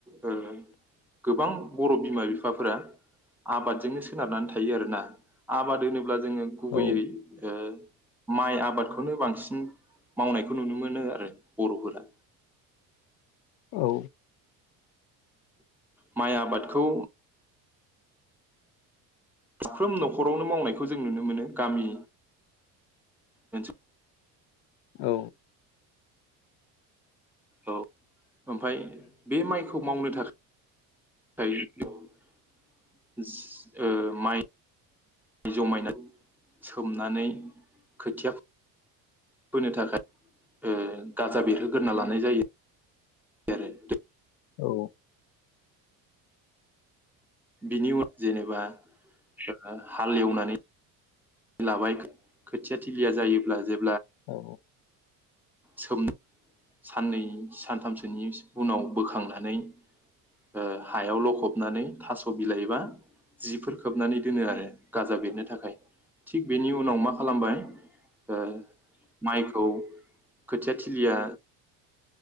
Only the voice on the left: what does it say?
औ
औ।
औ।
औ।
औ।